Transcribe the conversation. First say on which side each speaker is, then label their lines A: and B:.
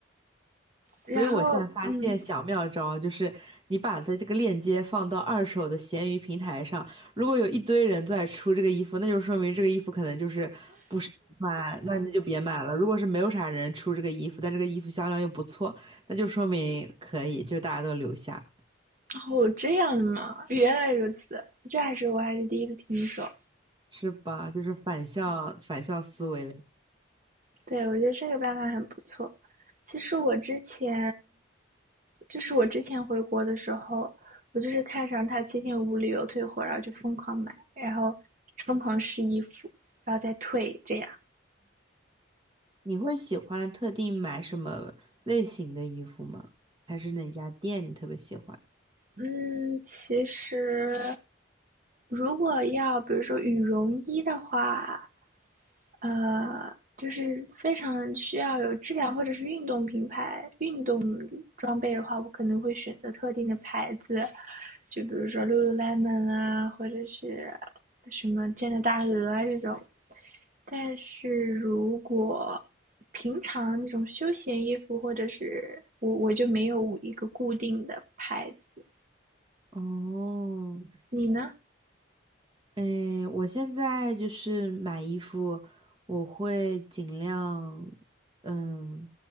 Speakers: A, on the right; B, on the right.
A: 然后嗯。
B: 所以我现在发现小妙招就是，你把它这个链接放到二手的闲鱼平台上，如果有一堆人都在出这个衣服，那就说明这个衣服可能就是买，那你就别买了。如果是没有啥人出这个衣服，但这个衣服销量又不错，那就说明可以，就大家都留下，
A: 哦，这样吗？原来如此，这还是我还是第一次听说。
B: 是吧？就是反向反向思维。
A: 对，我觉得这个办法很不错。其实我之前，就是我之前回国的时候，我就是看上它七天无理由退货，然后就疯狂买，然后疯狂试衣服，然后再退，这样。
B: 你会喜欢特定买什么类型的衣服吗？还是哪家店你特别喜欢？
A: 嗯，其实如果要比如说羽绒衣的话，呃，就是非常需要有质量或者是运动品牌、运动装备的话，我可能会选择特定的牌子，就比如说 Lululemon 啊，或者是什么健力大鹅啊这种。但是如果平常那种休闲衣服，或者是我我就没有一个固定的牌子。
B: 哦，
A: 你呢？
B: 嗯，我现在就是买衣服，我会尽量，嗯，